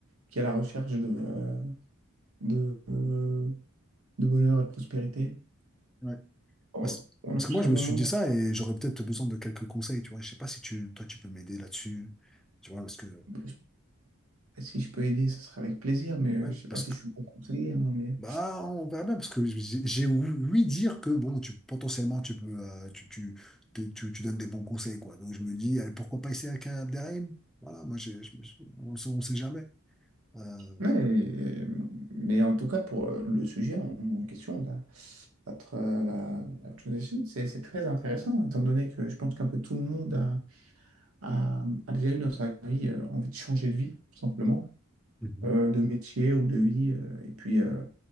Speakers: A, on the right; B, in the centre.
A: qui est à la recherche de, euh, de, euh, de bonheur et de prospérité.
B: Ouais.
A: On
B: Parce,
A: on
B: parce
A: a tous
B: que moi, je
A: un moment,
B: me suis dit ça et j'aurais peut-être besoin de quelques conseils, tu vois. Je sais pas si tu, toi, tu peux m'aider là-dessus, tu vois, parce que,
A: je- si je peux aider, ce sera avec plaisir, mais euh,
B: ouais,
A: je sais
B: parce
A: pas si je suis bon conseiller. hein, mais...
B: Bah, on verra bien, parce que j'ai j'ai ouï dire que bon, tu, potentiellement, tu peux, euh, tu, tu, tu, tu- tu donnes des bons conseils, quoi. Donc, je me dis, allez, pourquoi pas essayer avec un Abderrahim? Voilà, moi, j'ai- je me suis- on ne sait, on sait jamais. Euh,
A: Ouais, et- mais en tout cas, pour euh, le sujet en, en question, la, la, tra- la, la transition, c'est c'est très intéressant, étant donné que je pense qu'un peu tout le monde a, a, a déjà eu dans sa vie euh, envie de changer de vie, tout simplement,
B: Mhm.
A: euh, de métier ou de vie. euh, et puis, euh,